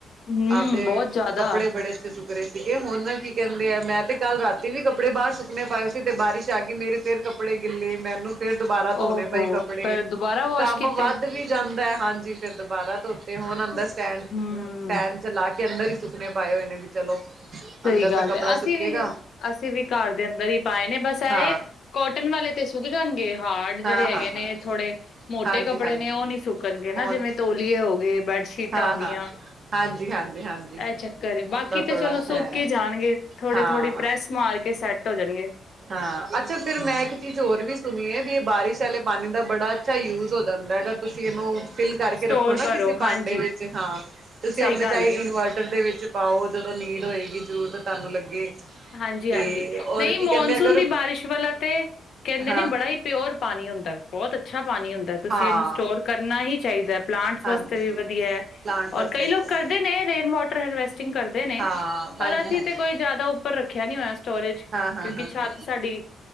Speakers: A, on the left; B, on the right.
A: ਹੂੰ
B: ਆਪਦੇ
A: ਬਹੁਤ ਜ਼ਿਆਦਾ
B: ਕੱਪੜੇ ਬੜੇ ਅੱਛੇ ਸੁੱਕ ਸੁੱਕ ਰਹੇ ਸੀਗੇ ਹੁਣ ਕੀ ਕਹਿੰਦੇ ਆ ਮੈਂ ਤੇ ਕੱਲ ਰਾਤੀ ਵੀ ਕੱਪੜੇ ਬਾਹਰ ਸੁੱਕਣੇ ਪਾਏ ਸੀ ਤੇ ਬਾਰਿਸ਼ ਆ ਗੀ ਮੇਰੇ ਫਿਰ ਕੱਪੜੇ ਗਿੱਲੇ ਮੈਨੂੰ ਫਿਰ ਦੁਬਾਰਾ ਧੋਣੇ
A: ਓਹੋ
B: ਪਏ ਕੱਪੜੇ
A: ਫਿਰ ਦੁਬਾਰਾ ਵਾਸ਼
B: ਕੰਮ
A: ਕੀਤੇ
B: ਵੱਧ ਵੀ ਜਾਂਦਾ ਹੈ ਹਾਂਜੀ ਫਿਰ ਦੁਬਾਰਾ ਧੋਤੇ ਹੋਣ ਆਉਂਦਾ
A: ਹੂੰ
B: ਸਟੈਂਡ ਫੈਨ ਚਲਾ ਕੇ ਅੰਦਰ ਹੀ ਸੁੱਕਨਣੇ ਪਾਏ ਹੋਏ ਨੇ। ਚਲੋ
A: ਸਹੀ
B: ਅੰਦਰ ਤਾਂ
A: ਗੱਲ
B: ਕੱਪੜਾ
A: ਹੈ ਅਸੀਂ
B: ਸੁੱਕੇਗਾ
A: ਵੀ-ਅਸੀਂ ਵੀ ਘਰ ਦੇ ਅੰਦਰ ਹੀ ਪਾਏ ਨੇ ਬਸ ਇਹ
B: ਹਾਂ,
A: ਕੋਟਨ ਵਾਲੇ ਤੇ ਸੁੱਕ ਜਾਣਗੇ ਹਾਰਡ ਜਿਹੜੇ
B: ਹਾਂ,
A: ਹੈਗੇ
B: ਹਾਂ,
A: ਨੇ
B: ਹਾਂ।
A: ਥੋੜੇ ਮੋਟੇੱਪੜੇ
B: ਹਾਂਜੀ ਹਾਂਜੀ
A: ਨੇ ਉਹ ਨੀ ਸੁੱਕ ਕਰਣਗੇ ਨਾ
B: ਉਹ
A: ਜਿਵੇਂ
B: ਨਹੀਂ ਸੀ
A: ਤੋਲੀਏ ਹੋ ਗਏ, ਬੈਡਸ਼ੀਟਾਂ
B: ਹਾਂ
A: ਹੋ ਗਿਆ
B: ਹਾਂ ਹਾਂਜੀ ਹਾਂਜੀ ਹਾਂਜੀ
A: ਇਹ ਚ ਕਰ ਏ,
B: ਉਹਦਾ
A: ਬਾਕੀ ਤੇ
B: ਥੋੜਾ
A: ਚਲੋ ਸੁੱਕੀ
B: ਹੈ
A: ਜਾਣਗੇ ਥੋੜੇ-ਥੋੜ੍ਹੀ
B: ਹਾਂ
A: ਪ੍ਰੈਸ ਮਾਰ ਕੇ ਸੈੱਟ ਹੋ ਜਾਣਗੇ।
B: ਹਾਂ ਅੱਛਾ ਫੇਰ ਮੈਂ ਇੱਕ ਚੀਜ਼ ਹੋਰ ਵੀ ਸੁਣੀ ਹੈ ਵੀ ਬਾਰਿਸ਼ ਵਾਲੇ ਪਾਣੀ ਦਾ ਬੜਾ ਅੱਛਾ ਯੂਜ਼ ਹੋ ਜਾਂਦਾ ਹੈਗਾ ਤੁਸੀਂ ਇਹਨੂੰ ਫਿਲ ਕਰਕੇ
A: ਸਟੋਰ
B: ਰੱਖੋ ਨਾ
A: ਕਰੋ
B: ਕਿਸੀ ਭਾਂਡੇ
A: ਹਾਂਜੀ
B: ਵਿੱਚ ਹਾਂ ਤੁਸੀਂ
A: ਸਹੀ
B: ਆਪਣੇ
A: ਗੱਲ
B: ਚਾਹੇ
A: ਹੈ
B: ਇਨਵਰਟਰ ਦੇ ਵਿੱਚ ਪਾਓ ਜਦੋਂ ਨੀਡ ਹੋਏਗੀ ਜ਼ਰੂਰਤ ਤੁਹਾਨੂੰ ਲੱਗੇ
A: ਹਾਂਜੀ-ਹਾਂਜੀ
B: ਤੇ ਔਰ
A: ਨਹੀਂ
B: ਕੀ
A: ਮੌਨਸੂਨ
B: ਕਹਿੰਦੇ ਅਗਰ
A: ਦੀ ਬਾਰਿਸ਼ ਵਾਲਾ ਤੇ ਕਹਿੰਦੇ
B: ਹਾਂ
A: ਨੇ ਬੜਾ ਹੀ ਪਿਓਰ ਪਾਣੀ ਹੁੰਦਾ ਬਹੁਤ ਅੱਛਾ ਪਾਣੀ ਹੁੰਦਾ ਤੁਸੀਂ
B: ਹਾਂ
A: ਇਹਨੂੰ ਸਟੋਰ ਕਰਨਾ ਹੀ ਚਾਹੀਦਾ ਪਲਾਂਟਸ
B: ਹਾਂਜੀ
A: ਵਾਸਤੇ ਵੀ ਵਧੀਆ ਹੈ
B: ਪਲਾਂਟਸ
A: ਔਰ
B: ਵਾਸਤੇ
A: ਕਈ
B: ਅੱਛਾ
A: ਲੋਕ ਕਰਦੇ ਨੇ ਰੇਨ ਵੋਟਰ ਵੈਸ ਕਰਦੇ ਨੇ
B: ਹਾਂ
A: ਪਰ
B: ਹਾਂਜੀ
A: ਅਸੀਂ
B: ਹਾਂਜੀ
A: ਤੇ ਕੋਈ ਜਿਆਦਾ ਉਪਰ ਰੱਖਿਆ ਨੀ ਹੋਇਆ ਸਟੋਰੇਜ
B: ਹਾਂ ਹਾਂ
A: ਕਿਉਂਕਿ
B: ਹਾਂ
A: ਛਤ
B: ਹਾਂ
A: ਸਾਡੀ